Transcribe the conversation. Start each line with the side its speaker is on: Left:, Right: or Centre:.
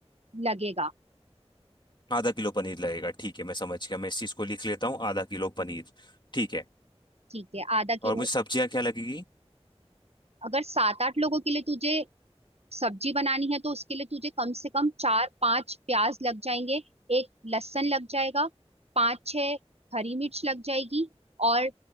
Right: लगेगा
Left: आधा किलो पनीर लगेगा ठीक है मैं समझ गया मैं इस चीज़ को लिख लेता हूँ आधा किलो पनीर ठीक है
Right: ठीक है आधा
Left: और
Right: किलो
Left: मुझे सब्जियाँ क्या लगेगी
Right: अगर सात आठ लोगों के लिए तुझे सब्जी बनानी है तो उसके लिए तुझे कम से कम चार पांच प्याज लग जाएंगे एक लहसुन लग जाएगा पांच छह हरी मिर्च लग जाएगी और